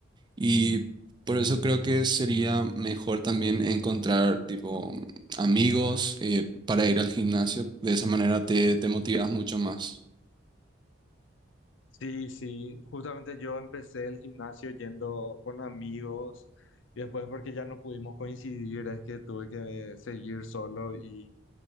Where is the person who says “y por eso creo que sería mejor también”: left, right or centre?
Right